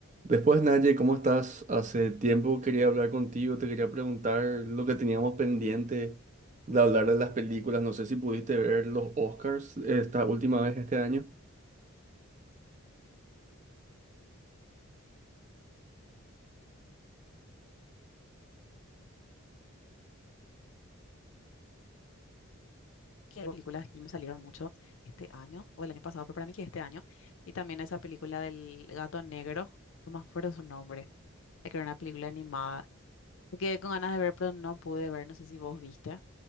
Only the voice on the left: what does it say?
que hay películas que me salieron mucho este año o el año pasado, pero para mí que este año. Y también esa película del gato negro, no me acuerdo su nombre, la que era una película animada. Me quedé con ganas de ver, pero no pude ver, no sé si vos viste.